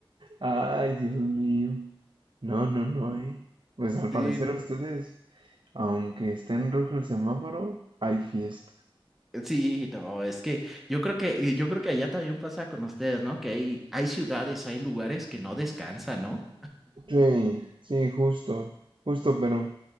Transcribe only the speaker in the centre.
Sí, sí, no,
sí, no, es que yo creo que, y yo creo que allá también pasa con ustedes, ¿no? Que hay, hay ciudades, hay lugares que no descansan, ¿no?